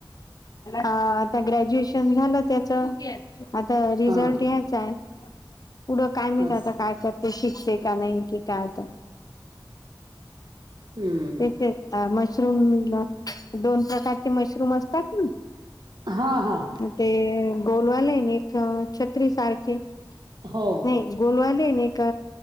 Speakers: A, on the left; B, on the right.
A: आता ग्रॅज्युएशन झालं त्याच, आता रिझल्ट
B: हां
A: यायचा आहे. पुढं काय मिळत
B: असं
A: आता काय करते शिकते का नाही कि काय तर,
B: हं
A: तेचय मशरूम दोन प्रकारचे मशरूम असतात ना.
B: हां हां
A: ते गोलवाले ना. एक छत्री सारखे
B: हो
A: नाही गोलवाले ना का